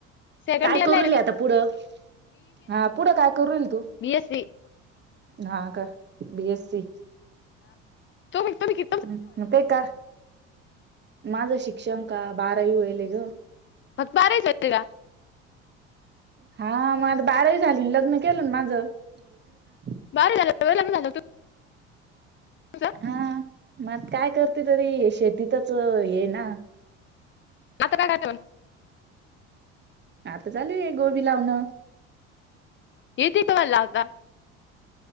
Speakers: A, on the left; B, on the right.
A: सेकंड
B: काय
A: इयरला
B: करूल
A: आहे ना
B: आता
A: मी
B: पुढं हा पुढं काय करूईल तू..
A: बीएसी.
B: ना का बी एस सी.
A: तुमी
B: ह मग ते का माझं शिक्षण का बारावी होईल ग..
A: फग बारही ले का.
B: हा मग आता बाराही झाली लग्न केलं ना माझं. य ना
A: <unintelligible> तुमचं
B: हा मग काय करते तरी शेतीतच ये ना.
A: आता काय घातव
B: आता चालू आहे गोबी लावणं.
A: येते का मला लावता